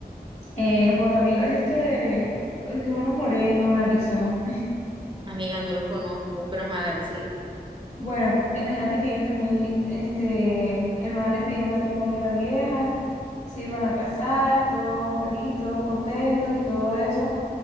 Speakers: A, on the left; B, on the right.
A: Eh, Juan Camilo es este, es que es uno moreno, narizón.
B: Amiga, no los conozco, pero ajá, dale, sigue.
A: Bueno, imagínate que ellos también, este, el man le pidió matrimonio a la vieja, se iban a casar, todos felices, todos contentos y todo eso.